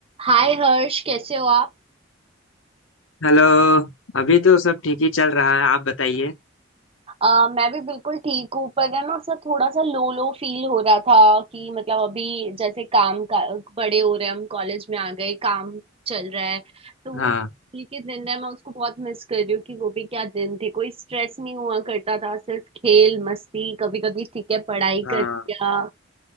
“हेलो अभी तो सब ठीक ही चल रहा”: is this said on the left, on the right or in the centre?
Left